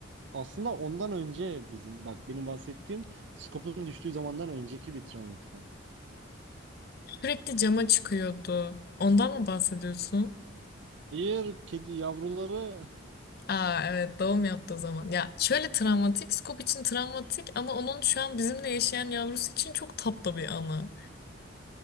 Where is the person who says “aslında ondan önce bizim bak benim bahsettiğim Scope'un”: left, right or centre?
Right